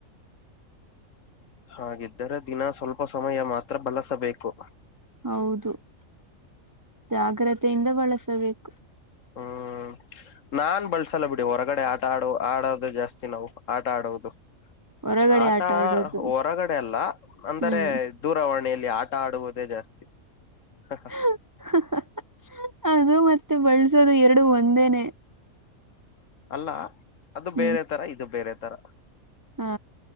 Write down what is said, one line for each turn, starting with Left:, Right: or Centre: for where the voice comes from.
Left: ಹಾಗಿದ್ದರೆ ದಿನಾ ಸ್ವಲ್ಪ ಸಮಯ ಮಾತ್ರ ಬಳಸಬೇಕು. <inaudible>
Right: ಹೌದು <inaudible> ಜಾಗ್ರತೆಯಿಂದ ಬಳಸಬೇಕು.
Left: ಹ್ಮ್ ನಾನ್ ಬಳಸಲ್ಲ ಬಿಡಿ ಹೊರಗಡೆ ಆ <inaudible> ಆಡು ಆಡೋದು ಜಾಸ್ತಿ ನಾವು ಆಟ <inaudible> ಆಡೋದು. <inaudible>
Right: ಹೊರಗಡೆ
Left: ಆಟಾ
Right: ಆಟ ಆಡೋದು
Left: ಹೊರಗಡೆ ಅಲ್ಲಾ ಅಂದರೆ.
Right: ಹ್ಮ್
Left: ದೂರವಾಣಿಯಲ್ಲಿ ಆಟ ಆಡುವುದೇ ಜಾಸ್ತಿ. <inaudible>
Right: <inaudible> ಅದು ಮತ್ತೆ ಬಳಸೋರೆ ಎರಡು ಒಂದೇನೆ.
Left: ಅಲ್ಲಾ ಅದು
Right: ಹ್ಮ್
Left: ಬೇರೆ ತರ ಇದು ಬೇರೆ ತರ
Right: ಹಾ